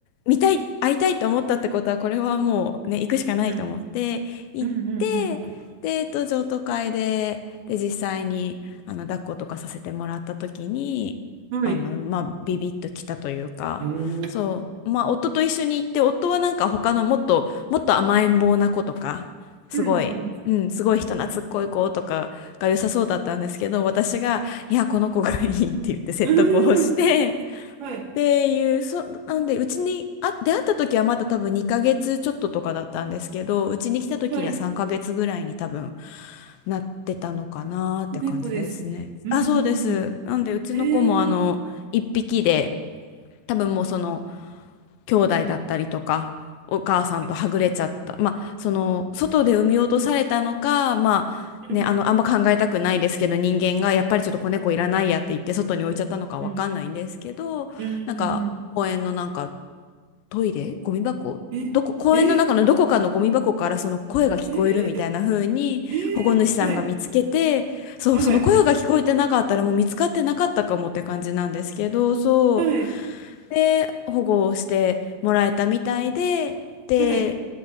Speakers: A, on the left (about 80°); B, on the right (about 60°).
A: 見たい、会いたいと思ったってことは、これはもうね、行くしかないと思って、
B: うん。
A: 行って、
B: うんうん
A: で、えっと、譲渡会で、で、実際に、あの、抱っことかさせてもらった時に、
B: うん。はい。
A: あの、まあ、ビビッときたというか、
B: うんうん
A: そう、まあ、夫と一緒に行って、夫はなんか他のもっと、もっと甘えん坊な子とか、すごい、
B: うんうん。
A: うん、すごい人懐っこい子とかが良さそうだったんですけど、私が、いや、この子がいいって言って説得をして、
B: うーん。はい。
A: っていう、そ、なんで、うちに、あ、出会った時はまだ多分2ヶ月ちょっととかだったんですけど、うちに来た時には3ヶ月ぐらいに多分
B: はい。
A: なってたのかなって感じですね。
B: 子猫ですね。うんう
A: あ、そうです。
B: ん
A: なんで、うちの子もあの、
B: うんうん。えー。
A: 1匹で、多分もうその、兄弟だったりとかお母さんとはぐれちゃったまあその外で産み落とされたのかまあねあのあんま考えたくないですけど人間がやっぱりちょっと子猫いらないやって言って外に置いちゃったのかわかんないんですけどなんか公園のなんか
B: はいうんうん。うん。うんうん
A: トイレゴミ箱どこ公園の中のどこかのゴミ箱からその声が聞こえるみたいな風に保護主さんが見つけてそうその声が聞こえてなかったらもう見つかってなかったかもって感じなんですけどそう
B: うん。え、え、え、えー、はい。はい。はい。
A: で、保護をしてもらえたみたいで、で、
B: はい。